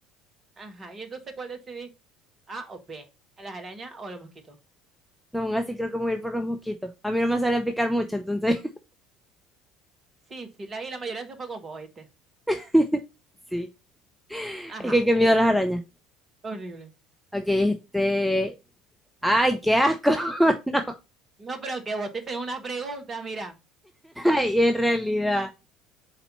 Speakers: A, on the right; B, in the centre.
A: Ajá, y entonces, ¿cuál decidí? A o B, a las arañas o a los mosquitos.
B: No, aún así creo que me voy a ir por los mosquitos. A mí no me salen picar mucho, entonces
A: Sí, sí, la, y la mayoría se fue con vos, ¿oíste?
B: <laughs> sí.
A: Ajá,
B: Es que qué
A: vení
B: miedo
A: vos.
B: a las arañas.
A: Horrible.
B: Ok, este. Ay, qué asco. <laughs> No,
A: No, pero que vos te hicieron unas preguntas, mira.
B: ay, en realidad.